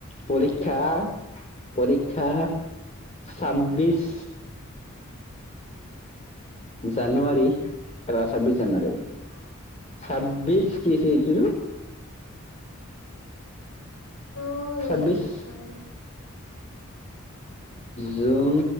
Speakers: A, on the left; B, on the left.
A: পৰীক্ষা- পৰীক্ষা, ছাব্বিশ জানুৱাৰী। এবা ছাব্বিছ জানুৱাৰীত। ছাব্বিশ কি হৈছে এইটোৰো?
B: তোৰ হেই
A: ছাব্বিশ
B: কি কয়
A: জুন